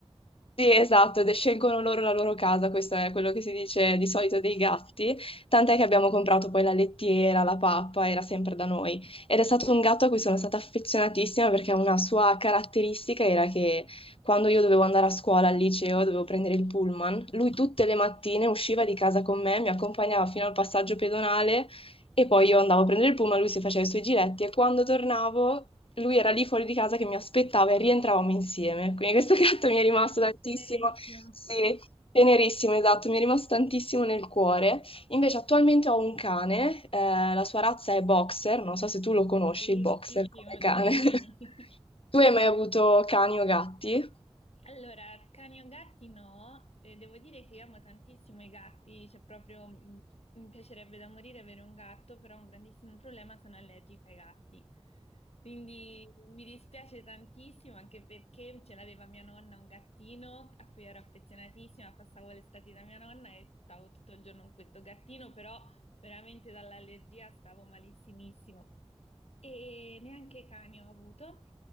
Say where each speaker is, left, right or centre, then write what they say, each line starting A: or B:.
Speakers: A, on the left; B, on the left.
A: sì, esatto, ed scelgono loro la loro casa, questo è quello che si dice di solito dei gatti, tant'è che abbiamo comprato poi la lettiera, la pappa, era sempre da noi. Ed è stato un gatto a cui sono stata affezionatissima perché una sua caratteristica era che quando io dovevo andare a scuola, al liceo, dovevo prendere il pullman, lui tutte le mattine usciva di casa con me, mi accompagnava fino al passaggio pedonale e poi io andavo a prendere il pullman, lui si faceva i suoi giretti e quando tornavo lui era lì fuori di casa che mi aspettava e rientravamo insieme. Quindi questo
B: <laughs>
A: <laughs> gatto
B: Tenero,
A: mi è rimasto tantissimo,
B: tenerissimo.
A: sì, tenerissimo, esatto, mi è rimasto tantissimo nel cuore. Invece attualmente ho un cane, eh, la sua razza è boxer, non so se tu lo conosci,
B: Sì,
A: il boxer
B: sì, sì,
A: come
B: molto
A: cane.
B: carini.
A: <laughs>
B: <laughs>
A: Tu hai mai avuto cani o gatti?
B: Allora, cani o gatti no, e devo dire che io amo tantissimo i gatti, cioè proprio mi mi piacerebbe da morire avere un gatto, però un grandissimo problema sono allergica ai gatti. Quindi mi dispiace tantissimo anche perché ce l'aveva mia nonna un gattino a cui ero affezionatissima, passavo l'estate da mia nonna e stavo tutto il giorno con questo gattino, però veramente dall'allergia stavo malissimissimo. E neanche cani ho avuto,